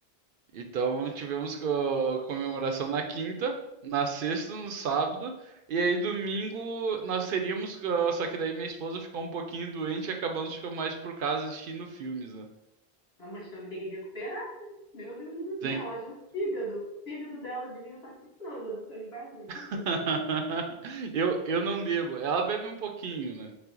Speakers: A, on the right (about 65°); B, on the left (about 75°).
A: Então tivemos co- comemoração na quinta, na sexta, no sábado, e aí domingo nós teríamos. co- Só que daí minha esposa ficou um pouquinho doente e acabamos ficando mais por casa assistindo filmes, né?
B: Ah, mas também tem que recuperar, né? Meu Deus do
A: Tem
B: céu, haja fígado. O fígado dela devia estar gritando, vocês bebem.
A: <laughs> Eu, eu não bebo. Ela bebe um pouquinho, né?